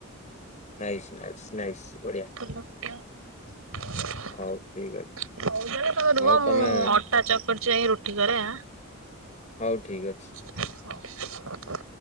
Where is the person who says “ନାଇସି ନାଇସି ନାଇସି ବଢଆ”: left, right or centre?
Left